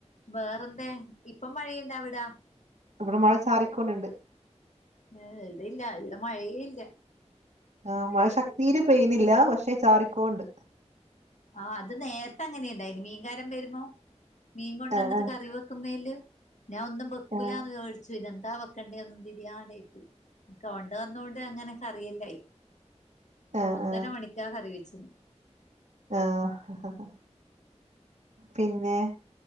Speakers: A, on the left; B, on the right.
A: വേറെന്താ ഇപ്പം മഴയുണ്ടാവിടാ?
B: ഇവിടെ മഴ ചാറിക്കോണ്ട്ണ്ട്
A: ഏഹ് ഇവിടയില്ല ഇവിടെ മഴയേ ഇല്ല
B: ആഹ്
A: മഴയേ
B: മഴ ശക്തിയില്
A: പോയി
B: ചെയ്യുന്നില്ല പക്ഷെ ചാറിക്കോണ്ട്
A: ആഹ് അത് നേരത്തെ അങ്ങനെയാ ഇണ്ടായിന് മീൻകാരൻ വെരുമ്മം മീൻ കൊണ്ടന്നിട്ട്
B: ആഹ്
A: കറി വെക്കുന്നേല്ലു ഞാൻ ഒന്നും ബെക്കൂലാന്ന്
B: ആഹ്
A: <unintelligible> ച്ചു പിന്നെന്താ വെക്കണ്ടേന്ന് തിരിയാണ്ടായി പോയി കൊണ്ട വന്നോണ്ട് അങ്ങനൊക്ക കറിയെല്ലായി
B: ആഹ്
A: ഒന്നര
B: ആഹ്
A: മണിക്കാ കറി വെച്ചിന്
B: ആഹ് പിന്നെ